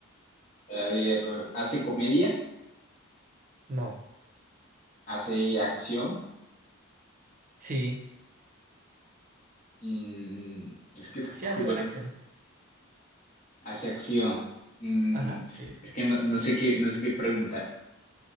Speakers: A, on the left; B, on the right.
A: A ver, hace comedia,
B: No.
A: hace acción.
B: Sí.
A: Mm, es que tampoco
B: Sí hace buena
A: conozco.
B: acción.
A: Hace acción. Mm,
B: Ajá,
A: es,
B: sí, eso
A: es que
B: es.
A: no, no sé qué, no sé qué preguntar.